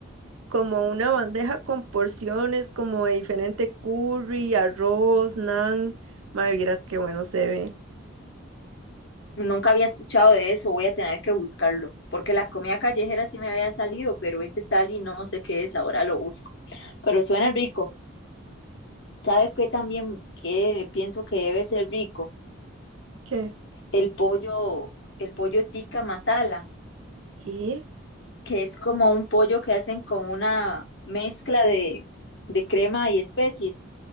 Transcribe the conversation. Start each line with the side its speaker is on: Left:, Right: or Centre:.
Right: como una bandeja con porciones, como de diferente curry, arroz, naan. Madre, vieras qué bueno se ve.
Left: Nunca había escuchado de eso, voy a tener que buscarlo. Porque la comida callejera sí me había salido, pero ese tal y no sé qué es, ahora lo busco. Pero suena rico. ¿Sabe qué también que pienso que debe ser rico?
Right: ¿Qué?
Left: El pollo, el pollo tikka masala,
Right: ¿Qué?
Left: que es como un pollo que hacen con una mezcla de, de crema y especies,